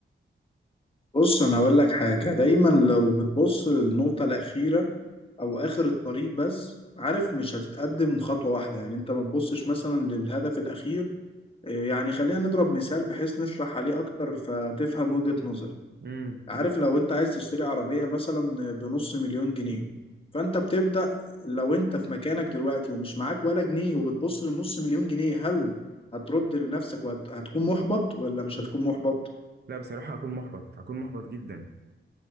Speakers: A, on the left; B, on the right.
A: بص انا هقول لك حاجه دايما لو بتبص للنقطه الاخيره او اخر الطريق بس عارف مش هتتقدم خطوه واحده يعني انت ما تبصش مثلا للهدف الاخير إيه يعني خلينا نضرب مثال بحيث نشرح عليه اكتر فتفهم وجهه نظري
B: امم
A: عارف لو انت عايز تشتري عربيه مثلا بنص مليون جنيه فانت بتبدا لو انت في مكانك دلوقتي ومش معاك ولا جنيه وبتبص للنص مليون جنيه هل هترد لنفسك وهتكون محبط ولا مش هتكون محبط
B: لا بصراحه هكون محبط هكون محبط جدا